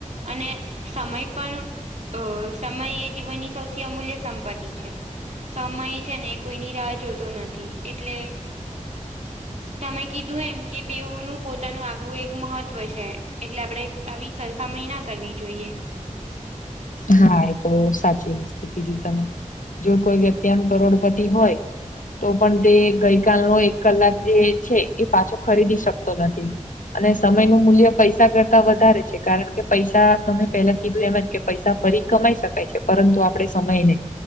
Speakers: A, on the right; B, on the left.
A: અને સમય પણ અ સમય એ જીવનની સૌથી. અમૂલ્ય સંપત્તિ છે. સમય છે ને કોઈની રાહ જોતો નથી એટલે.
B: <inaudible>
A: તમે કીધું એમ કે બેવનું પોતાનું આગવું એક મહત્વ છે એટલે આપણે. આવી સરખામણી ના કરવી જોઈએ.
B: હા એ તો સાચી વસ્તુ કીધી તમે. જો કોઈ વ્યક્તિ આમ કરોડપતિ હોય. તો પણ તે ગઈ કલનો એક કલાક જે છે એ પાછો ખરીદી શકતો નથી. અને સમય નું મૂલ્ય પૈસા કરતા વધારે છે કારણ કે પૈસા તમે પેલા કીધું એમ જ કે. પૈસા ફરી કમાઈ શકાય છે પરંતુ આપડે સમય નહી.